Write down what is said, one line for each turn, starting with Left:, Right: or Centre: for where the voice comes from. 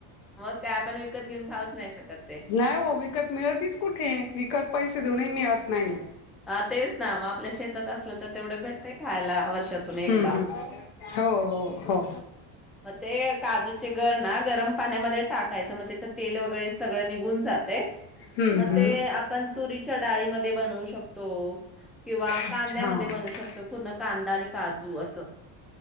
Centre: मग काय आपण विकत घेऊन खाऊच नाही शकत ते.
Left: नाही हो विकत मिळतीच कुठे विकत पैसे दोनही मिळत नाही.
Centre: हा तेच ना म आपल्या शेतात असल तर तेवढ भेटतय खायला वर्षातून एकदा
Left: हम्म हम्म हो हो हो
Centre: मग ते काजूचे गर ना गरम पाण्यामध्ये टाक खायचं मग त्याच तेल वगैरे सगळं निघून जात.
Left: हम्म
Centre: मग
Left: हम्म
Centre: ते आपण तुरीच्या डाळी मध्ये बनवू शकतो. किंवा
Left: अच्छा
Centre: कांद्यामध्ये बनू शकतो पूर्ण कांदा आणि काजू असं